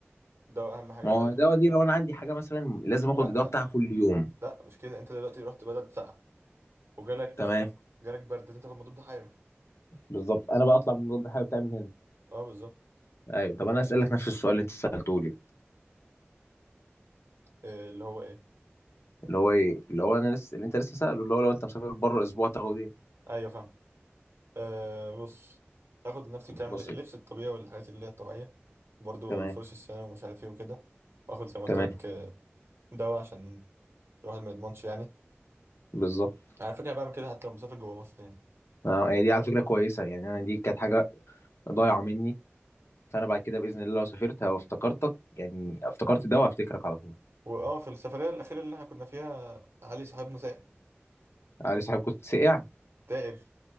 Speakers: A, on the right (about 70°); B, on the left (about 75°).
A: دواء اهم حاجه
B: ما هو
A: تاخده
B: الدواء دي لو انا عندي حاجة مثلا لازم اخد
A: لا
B: الدواء بتاعها كل يوم
A: لا مش كده انت دلوقتي رحت بلد ساقعه وجالك
B: تمام
A: جالك برد لازم تاخد مضاد حيوي
B: بالظبط انا بقى اطلع من مضاد الحيوي بتاعي من هنا
A: اه بالظبط
B: ايوه طب انا اسالك نفس السؤال اللي انت سالته لي
A: آه، اللي هو ايه
B: اللي هو ايه اللي هو انا لسه اللي انت لسه ساله اللي هو لو انت مسافر بره اسبوع تاخد ايه
A: ايوه فاهم آه بص تاخد نفس الكلام
B: بسيط
A: اللبس الطبيعي والحاجات اللي هي الطبيعيه برضو
B: تمام
A: فرش السنان ومش عارف ايه وكده واخد زي ما
B: تمام
A: قلت لك آه، دواء عشان الواحد ما يضمنش يعني
B: بالظبط
A: على فكره بعمل كده حتى لو مسافر جوه مصر يعني
B: اه هي دي على فكره كويسه يعني انا دي كانت حاجه ضايعه مني فانا بعد كده باذن الله لو سافرت وافتكرتك يعني افتكرت ده وهفتكرك على طول
A: واه في السفريه الاخيره اللي احنا كنا فيها علي صاحبنا تعب
B: علي صاحب كنت سقع
A: تعب